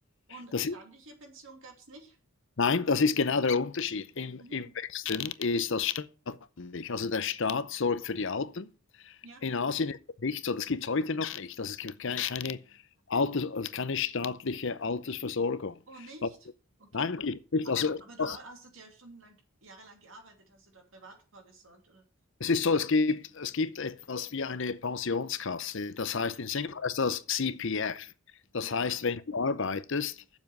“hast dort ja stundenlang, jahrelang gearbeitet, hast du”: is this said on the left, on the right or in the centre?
Right